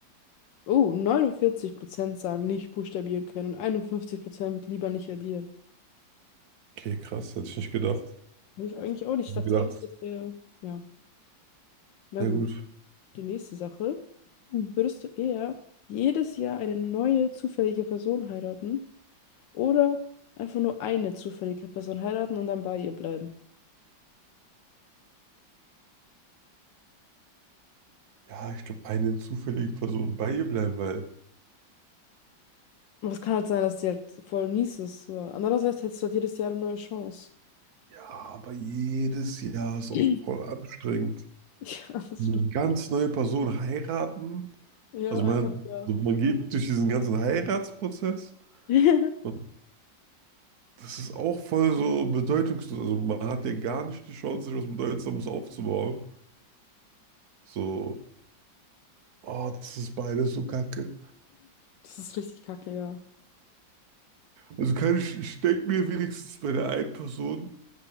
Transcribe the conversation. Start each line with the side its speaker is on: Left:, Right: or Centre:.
Left: Oh, 49% sagen nicht buchstabieren können. 51% wird lieber nicht addieren.
Right: Okay, krass, hätte ich nicht gedacht. Hätte
Left: Weiß ich eigentlich auch nicht.
Right: Ich
Left: Ich dachte
Right: gedacht,
Left: irgendwie, das wäre. Ja, na
Right: Na
Left: gut.
Right: gut.
Left: Die nächste Sache. Würdest du eher jedes Jahr eine neue zufällige Person heiraten oder einfach nur eine zufällige Person heiraten und dann bei ihr bleiben?
Right: Ja, ich glaube, eine zufällige Person bei ihr bleiben, weil
Left: Und es kann halt sein, dass die halt voll mies ist. So. Andererseits hättest du halt jedes Jahr eine neue Chance.
Right: ja, aber jedes Jahr
Left: <clears throat>
Right: ist auch voll anstrengend.
Left: Ja, das
Right: Eine
Left: stimmt.
Right: ganz
Left: ey.
Right: neue Person heiraten.
Left: Ja,
Right: Also
Left: einfach
Right: man,
Left: ja.
Right: so man geht durch diesen ganzen Heiratsprozess
Left: <laughs>
Right: und das ist auch voll so bedeutungslos. Also man hat ja gar nicht die Chance, sich was Bedeutsames aufzubauen. So, oh, das ist beides so kacke.
Left: Das ist richtig kacke, ja.
Right: Also kann ich, ich denke mir wenigstens bei der einen Person,